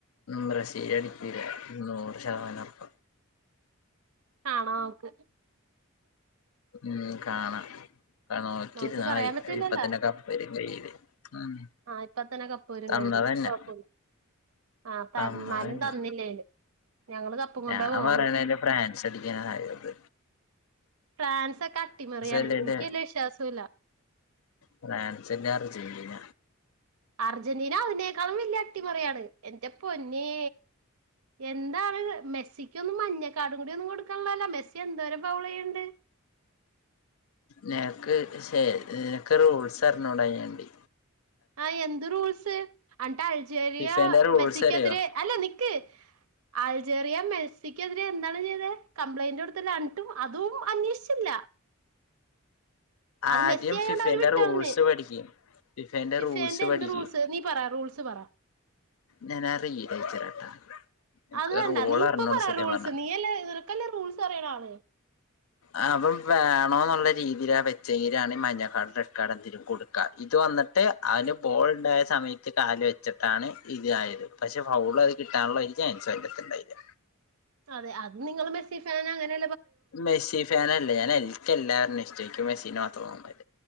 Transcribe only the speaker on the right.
കാണാം നമുക്ക്.
നമുക്ക് പറയാൻ പറ്റില്ലല്ലോ
ആഹ് ഇപ്പത്തന്നെ കപ്പ് വരും
കയ്യില്, കുഴപ്പുല. ആഹ് തരന്നാലും
തന്നില്ലേലും. ഞങ്ങള് കപ്പും
കൊണ്ടേ പോവുള്ളൂ
ഫ്രാൻസ് ഒക്കെ അട്ടിമറിയാണ്.
എനിക്കവല്യ വിശ്വാസൂല്ല.
അർജന്റീന അതിനേക്കാളും വല്യ അട്ടിമറിയാണ്. എന്റെ പൊന്നേ. എന്താണ് മെസ്സിക്കൊന്നും മഞ്ഞ കാർഡും കൂടിയൊന്നും കൊടുക്കള്ളല്ലോ. മെസ്സി എന്തോരം ഫൗൾ ചെയ്യ്ണ്ട്.
ആ എന്ത് റൂൾസ്. അണ്ട്ട് അൾജേരിയ
മെസ്സിക്കെതിരെ,
അല്ല നിക്ക്. അൾജേറിയ മെൽസിക്കെതിരെ എന്താണ് ചെയ്തേ, കംപ്ലൈന്റ് കൊടുത്തല്ല അണ്‌ട്ടും അതും അന്വേഷിച്ചില്ല. അത്
മെസ്സി ആയോണ്ട്
അവര് വിട്ട്
കളഞ്ഞ്.
ഫിഫേന്റെ
എന്ത് റൂൾസ്, നീ പറാ റൂൾസ് പറ.
അത് വേണ്ട,
നീ ഇപ്പൊ
പറ
റൂൾസ്
നീയല്ലേ <unintelligible> എല്ലാ റൂൾസും അറിണാള്
അതെ, അത് നിങ്ങൾ മെസ്സി ഫാന് അങ്ങനെ